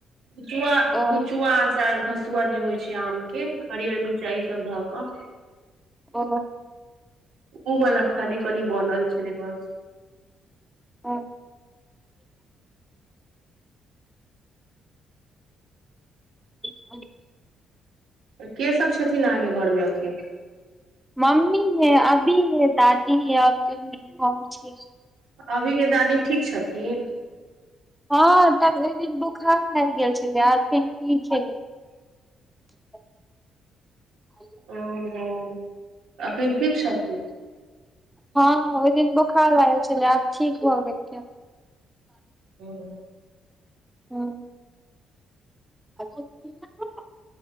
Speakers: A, on the right (about 85°); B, in the centre.
A: कुचुआ
B: ओ
A: कुचुआ अचार घसुआ जे होइ छै आमकेँ हरियर मिचाइ ईसभ धऽ कऽ
B: ओ
A: उ वला खाली कनी बनल छलै बस
B: हँ <inaudible>
A: तऽ केँ सब छथिन अहाँके घरमे अखैन
B: मम्मी हइ अभी हइ दादी हइ आओर कियो नहि हम छिये
A: अभीकेँ दादी ठीक छथिन
B: हँ तब एकदिन बोखार लागि गेल छलै आखैन ठीक छै <inaudible>
A: <unintelligible> एखन ठीक छथिन
B: हँ ओहि दिन बोखार लागल छलै आब ठीक भऽ गेल <inaudible>
A: <unintelligible>
B: <inaudible> <inaudible>